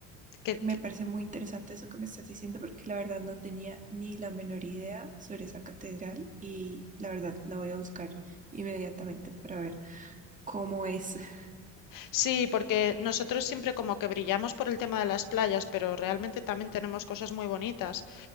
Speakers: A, on the left; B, on the right.
A: que-
B: me
A: que-
B: parece muy interesante eso que me estás diciendo porque la verdad no tenía ni la menor idea sobre esa catedral y la verdad la voy a buscar inmediatamente para ver cómo es. <laughs>
A: sí, porque nosotros siempre como que brillamos por el tema de las playas, pero realmente también tenemos cosas muy bonitas.